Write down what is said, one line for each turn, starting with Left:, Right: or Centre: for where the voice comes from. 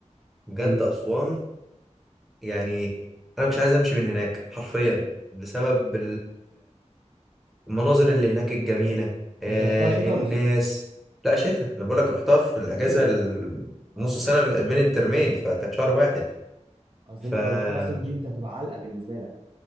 Centre: بجد
Right: حلو
Centre: اسوان يعني انا مش عايز امشي من هناك حرفيا بسبب المناظر اللي هناك الجميلة
Right: انت
Centre: آه
Right: انت رحتها شتاء
Centre: الناس
Right: ولا صيف
Centre: لا شتاء انا بقول لك رحتها في الاجازة
Right: حلو
Centre: ال- نص
Right: اه
Centre: سنة ب- بين الترمين فكانت شهر واحد
Right: قصدي
Centre: فانا
Right: انت لو رحتها صيف دي انت هتبقى علقه بالنسبه لك